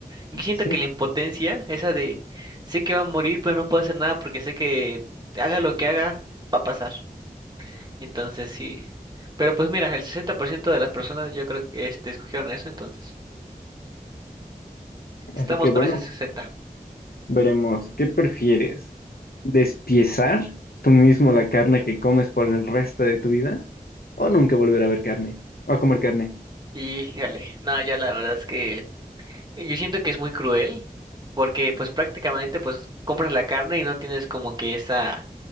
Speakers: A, on the right; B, on the left.
A: Yo siento
B: sí.
A: que la impotencia, esa de sé que va a morir, pero no puedo hacer nada porque sé que haga lo que haga, va a pasar. Entonces sí. Pero pues mira, el 60% de las personas yo creo que este, escogieron eso, entonces estamos
B: Así que
A: con
B: bueno,
A: ese sesenta
B: veremos. ¿Qué prefieres? ¿Despiezar tú mismo la carne que comes por el resto de tu vida? ¿O nunca volver a ver carne? ¿O a comer carne?
A: Y jale, no, ya la verdad es que yo siento que es muy cruel porque pues prácticamente pues compras la carne y no tienes como que esa